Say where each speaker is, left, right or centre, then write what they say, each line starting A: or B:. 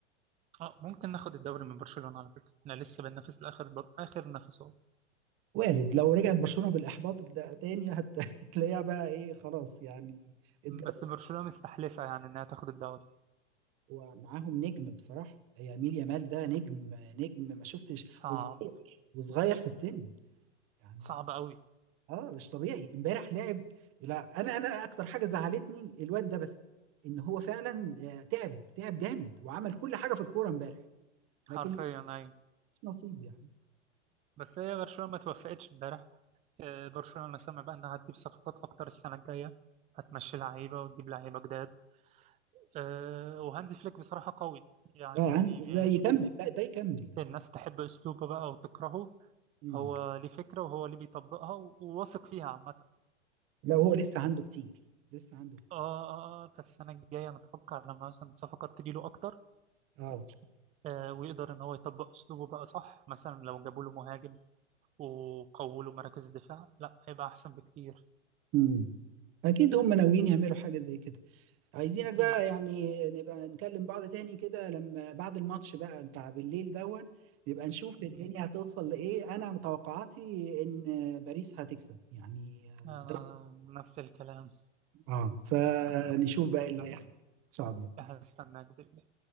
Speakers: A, on the right; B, on the right.
A: اه ممكن ناخد الدوري من برشلونة على فكرة احنا لسه بننافس لآخر بط... آخر نفسات
B: وارد لو رجعت برشلونه بالاحباط ده تاني هت- <laughs> هتلاقيها بقى ايه خلاص يعني الدوري
A: بس برشلونة مستحلفة يعني انها تاخد الدوري
B: ومعاهم نجم بصراحه يمين يامال ده نجم نجم ما شفتش
A: صعب
B: وصغير وصغير في السن يعني
A: صعب قوي
B: اه مش طبيعي امبارح لعب لا انا انا اكتر حاجه زعلتني الواد ده بس ان هو فعلا آه، تعب تعب جامد وعمل كل حاجه في الكوره امبارح لكن
A: حرفيا ايوه
B: مش نصيب يعني
A: بس هي برشلونة ما توفقتش امبارح آه، برشلونة سمع بقى انها هتجيب صفقات اكتر السنة الجاية هتمشي لعيبة وتجيب لعيبة جداد آه، وهانزي فليك بصراحة قوي يعني
B: اه عند- ده يكمل لا ده يكمل ده
A: الناس تحب أسلوبه بقى وتكرهه
B: مم.
A: هو ليه فكرة وهو اللي بيطبقها و- وواثق فيها عامة
B: لا هو لسه عنده كتير لسه عنده كتير
A: آه آه آه فالسنة الجاية نتوقع لما مثلا صفقات تجيله أكتر
B: اه
A: آه ويقدر إن هو يطبق أسلوبه بقى صح مثلا لو جابوا له مهاجم وقووا له مراكز الدفاع لا هيبقى أحسن بكتير
B: مم. اكيد هم ناويين يعملوا حاجه زي كده عايزينك
A: أكيد
B: بقى يعني نبقى نكلم بعض تاني كده لما بعد الماتش بقى بتاع بالليل دون نبقى نشوف
A: م-
B: الدنيا هتوصل لإيه أنا متوقعاتي إن باريس هتكسب يعني
A: أنا
B: ده
A: نفس الكلام
B: آه فنشوف بقى إيه اللي هيحصل إن شاء الله
A: هستناك بالله